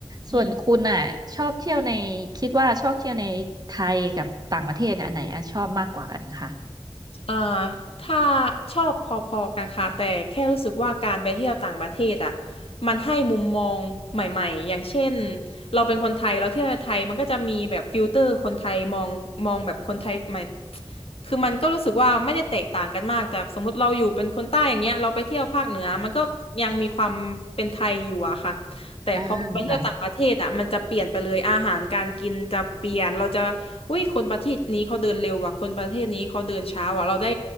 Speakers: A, on the left; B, on the right.
A: อืม
B: ส่วนคุณอ่ะชอบเที่ยวในคิดว่าชอบเที่ยวในไทยกับต่างประเทศเนี่ยอันไหนอะชอบมากกว่ากันค่ะ
A: อ่าถ้าชอบพอๆกันค่ะแต่แค่รู้สึกว่าการไปเที่ยวต่างประเทศอ่ะมันให้มุมมองใหม่ๆ อย่างเช่นเราเป็นคนไทยเราเที่ยวในไทยมันก็จะมีแบบฟิลเตอร์คนไทยมองมองแบบคนไทยใหม่คือมันก็รู้สึกว่าไม่ได้แตกต่างกันมากแต่สมมติเราอยู่เป็นคนใต้อย่างเงี้ยเราไปเที่ยวภาคเหนือมันก็ยังมีความเป็นไทยอยู่อะค่ะ แต่พอไปเที่ยวต่างประเทศอ่ะมันจะเปลี่ยนไปเลยอาหารการกินจะเปลี่ยนเราจะอุ้ยคนประเทศนี้เขาเดินเร็วว่ะคนประเทศนี้เขาเดินช้าว่ะเราได้
B: อ่าค่ะ